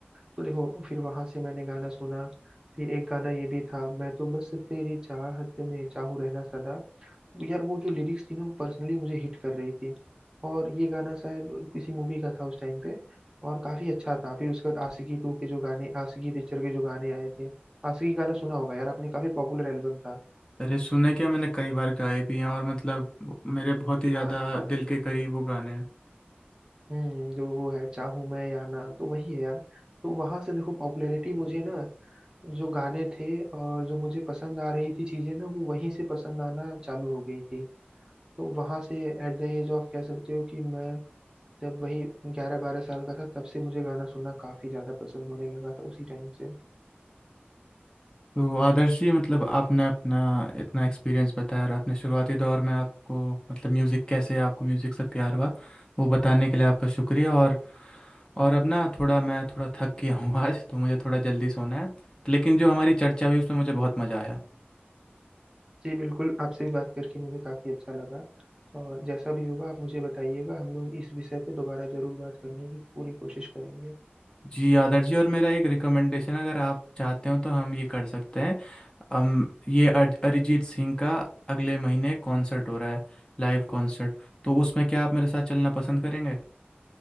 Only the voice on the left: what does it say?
अरे सुने क्या मैंने कई बार गाए भी हैं और मतलब मेरे बहुत ही ज़्यादा
दिल के करीब वो गाने हैं
तो आदर्श जी मतलब आपने अपना इतना एक्सपीरियंस बताया और अपने शुरुआती दौर में आपको मतलब म्यूज़िक कैसे आपको म्यूज़िक से प्यार हुआ वो बताने के लिए आपका शुक्रिया और और अब ना थोड़ा मैं थोड़ा थक गया हूँ <laughs> आज तो मुझे थोड़ा जल्दी सोना है लेकिन जो हमारी चर्चा हुई उसमें मुझे बहुत मज़ा आया
जी आदर्श जी और मेरा एक रिकमेंडेशन अगर आप चाहते हो तो हम ये कर सकते हैं हम ये अर- अरिजीत सिंह का अगले महीने कॉन्सर्ट हो रहा है लाइव कॉन्सर्ट तो उसमें क्या आप मेरे साथ चलना पसंद करेंगे